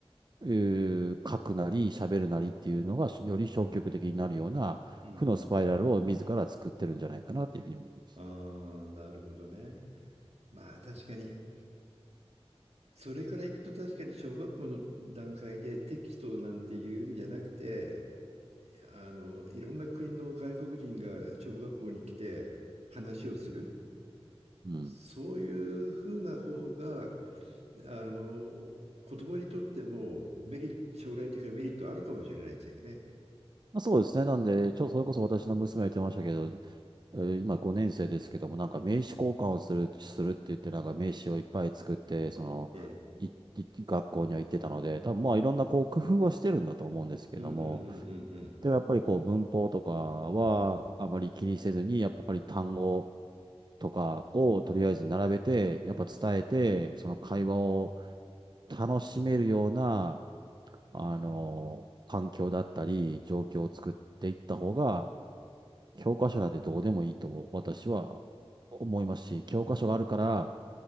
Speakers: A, on the right (about 45°); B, on the right (about 80°).
A: うー書くなり喋るなりっていうのがより消極的になるような負のスパイラルを自ら作ってるんじゃないかなっていうふうに思います。
B: うん。うん。うん。うん。ああ、なるほどね。まあ確かに、それからいくと確かに小学校の段階でテキストなんて言うんじゃなくて、あの、いろんな国の外国人が小学校に来て話をする。
A: うん
B: そういうふうな方が、あの、子供にとってもメリット、将来的なメリットあるかもしれないですよね。
A: まあそうですね。なんで、ちょっとそれこそ私の娘が言ってましたけど、えー今5年生ですけども、なんか名刺交換をする、するって言って、なんか名刺をいっぱい作って、その、
B: ええ。
A: い、い学校には行ってたので、多分まあいろんなこう工夫はしてるんだと思うんですけれども、
B: うんうんうんうん
A: でもやっぱりこう文法とかはあまり気にせずに、
B: うん。うん
A: やっぱり単語とかをとりあえず並べて、
B: うん
A: やっぱ伝えて、
B: うん
A: その会話を
B: うん。
A: 楽しめるようなあの、環境だったり、状況を作っていった方が、教科書なんてどうでもいいと私は思いますし、教科書があるから、